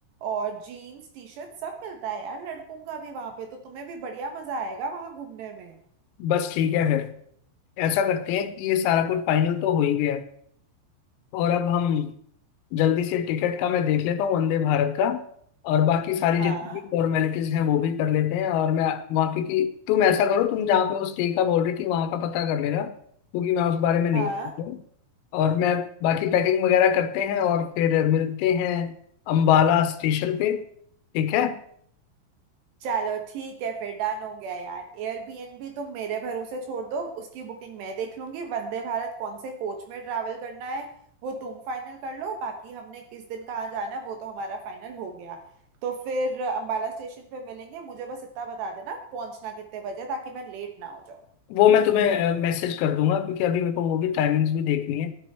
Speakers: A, on the right; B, on the left.
A: और जीन्स टी शर्ट सब मिलता है यार लड़कों का भी वहां पे तो तुम्हें भी बढ़िया मजा आएगा वहां घूमने में
B: बस ठीक है फिर ऐसा करते हैं कि ये सारा कुछ फाइनल तो हो ही गया है और अब हम जल्दी से टिकट का मैं देख लेता हूँ वंदे भारत का और बाकी सारी
A: हाँ
B: जितनी भी फॉर्मेलिटीज हैं वो भी कर लेते हैं और मैं वहाँ क्योंकि तुम ऐसा करो तुम जहाँ पे वो स्टे का बोल रही थी वहाँ का पता कर लेना क्योंकि मैं उस बारे में नहीं
A: हाँ
B: जानती हूँ। और मैं बाकी पैकिंग वगैरह करते हैं और फिर मिलते हैं अम्बाला स्टेशन पे ठीक है
A: चलो ठीक है फिर डन हो गया यार एयरबीएनबी तुम मेरे भरोसे छोड़ दो उसकी बुकिंग मैं देख लूंगी वंदे भारत कौन से कोच में ट्रैवल करना है वो तुम फाइनल कर लो बाकी हमने किस दिन कहाँ जाना है वो तो हमारा फाइनल हो गया तो फिर अंबाला स्टेशन पे मिलेंगे मुझे बस इतना बता देना पहुंचना कितने बजे ताकि मैं लेट ना हो जाऊं
B: वो मैं तुम्हें मैसेज कर दूंगा क्योंकि अभी मेरे को वो भी टाइमिंग्स भी देखनी है